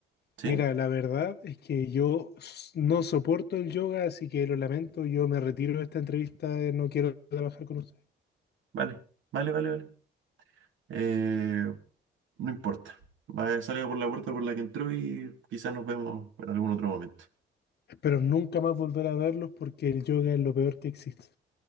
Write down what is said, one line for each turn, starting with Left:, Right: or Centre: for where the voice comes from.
Right: ¿Sí?
Left: Mira, la verdad es que yo s- no soporto el yoga, así que lo lamento. Yo me retiro de esta entrevista. eh, No quiero trabajar con ustedes.
Right: Vale, vale, vale, vale. Eh, no importa. Va, salga por la puerta por la que entró y quizás nos vemos en algún otro momento.
Left: Espero nunca más volver a verlos porque el yoga es lo peor que existe.